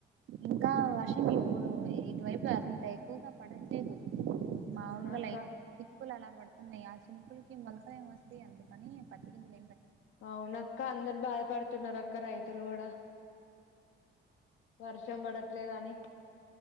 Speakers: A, on the right; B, on the left.
A: ఇంకా వర్షం ఇప్పుడు ఇటువైపు అంత ఎక్కువగా పడట్లేదు మాములుగా
B: అవునా అక్క
A: ల ఎక్కువలు అలా పడుతున్నాయి ఆ చినుకులకి మొలకలు ఏం వస్తాయి అందుకని పత్తిగింజలు
B: అవున అక్క అందరు బాధపడుతున్నారు అక్క రైతులు కూడా వర్షం పడట్లేద అని